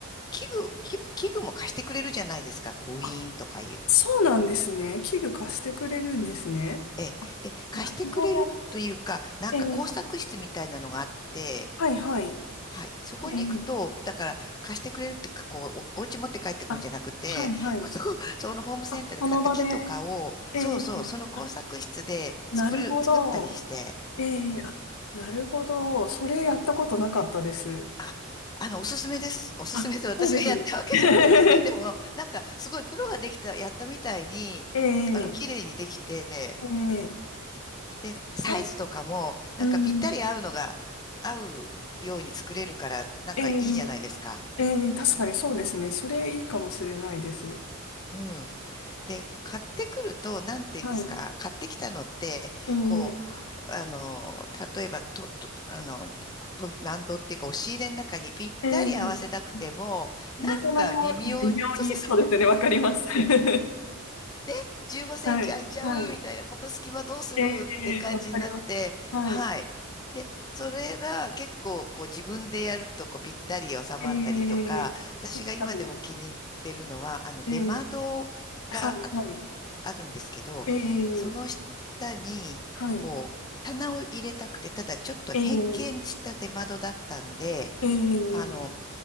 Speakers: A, on the left; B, on the left.
A: 器具、器具器具も貸してくれるじゃないですか。コインとかいう
B: あ、そうなんですね。器具貸してくれるんですね。
A: ええ。で、貸してくれるというか、
B: なるほど。
A: なんか工作室みたいなのがあって、
B: ええはい、はい。
A: はい。そこに行くと、
B: ええ
A: だから貸してくれるってか、こう、お、お家持って帰ってくるんじゃなくて、
B: あ、はい、はい。
A: <laughs> そこ、そのホームセンターで買った木とかを、
B: あ、その場で、ええあ、
A: そうそう、その工作室で作る、
B: なるほど。
A: 作ったりして、
B: ええあ、なるほど。それやったことなかったです。
A: あ、あの、おすすめです。おすすめで私がやったわけじゃないんですけど、
B: あ、そうですよね。
A: でも、なんか、すごいプロができた、やったみたいに、
B: <laughs> ええ
A: あの、綺麗にできて、
B: ええ
A: で、サイズとかも、
B: 確かに。
A: なんかぴったり合うのが、
B: うん。
A: 合うように作れるから、なんかいいじゃないですか。
B: ええええ確かにそうですね。それいいかもしれないです。
A: うん。で、買ってくると、なんて言うんですか、
B: はい。
A: 買ってきたのって、
B: ええ
A: こう、あの、例えばと、どあの、と難度っていうか、押し入れの中にぴったり合わせたくても、
B: ええ <laughs>
A: なんか微妙に、
B: なかなか微妙に、
A: そうそう
B: そうですね、わかります。<laughs> は
A: で、15センチ空いちゃうみたいな、
B: い、はい。
A: この隙間どうするって感じになって、
B: ええわかります。はい。
A: はい。で、それが結構こう自分でやるとこうぴったり収まったりとか、
B: ええ確かに。
A: 私が今でも気に入ってるのは、あの出窓があ、
B: ええはい、はい。
A: あるんですけど、
B: ええ
A: その下にこう棚を入れたくて、
B: はい。
A: ただちょっと変形した出窓だったんで、
B: ええええ
A: あの、